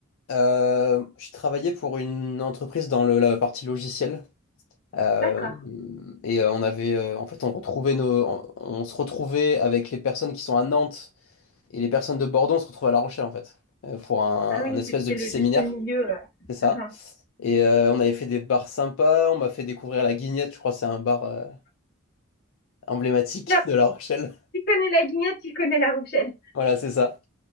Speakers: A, on the left (about 75°); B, on the left (about 45°).
A: euh, je travaillais pour une entreprise dans le- la partie logicielle. euh,
B: D'accord.
A: et euh, on avait, euh, en fait, on retrouvait nos, on, on se retrouvait avec les personnes qui sont à Nantes et les personnes de Bordeaux, on se retrouvait à La Rochelle, en fait, euh, pour un,
B: Ah oui,
A: un espèce
B: c'était
A: de petit
B: le
A: séminaire,
B: juste milieu. euh.
A: c'est ça.
B: Mhm.
A: Et euh, on avait fait des bars sympas, on m'a fait découvrir la Guignette, je crois que c'est un bar euh, emblématique
B: Là,
A: <laughs> de La Rochelle.
B: tu connais la guignette, tu connais la Rochelle.
A: Voilà, c'est ça.